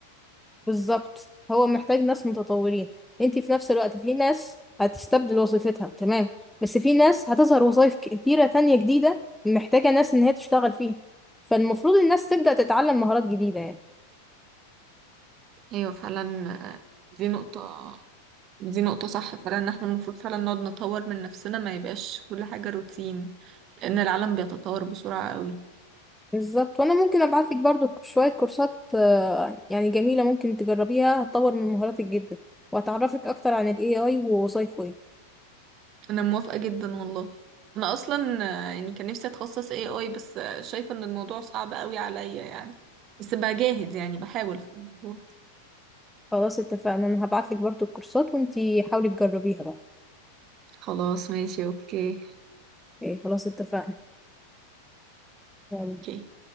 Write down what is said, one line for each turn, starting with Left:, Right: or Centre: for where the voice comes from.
Centre: بالظبط هو محتاج ناس متطورين انت في نفس الوقت في ناس هتستبدل وظيفتها تمام بس في ناس هتظهر وظائف كتيرة تانية جديدة محتاجة ناس ان هي تشتغل فيها فالمفروض الناس تبدأ تتعلم مهارات جديدة يعني
Right: ايوه فعلا آه، دي نقطة دي نقطة صح فعلا ان احنا المفروض فعلا نقعد نطور من نفسنا ما يبقاش كل حاجة روتين لان العالم بيتطور بسرعة قوي
Centre: بالظبط وانا ممكن ابعت لك برضو شويه كورسات آه، يعني جميله ممكن تجربيها هتطور من مهاراتك جدا وهتعرفك اكتر عن الاي اي ووظايفه ايه
Right: انا موافقة جدا والله انا اصلا آه، يعني كان نفسي اتخصص اي اي بس آه، شايفة ان الموضوع صعب قوي عليا يعني بس بجاهد يعني بحاول في الموضوع
Centre: خلاص اتفقنا انا هبعت لك برضو الكورسات وانتي حاولي تجربيها بقى
Right: خلاص ماشي اوكي
Centre: إيه خلاص اتفقنا يلا
Right: اوكي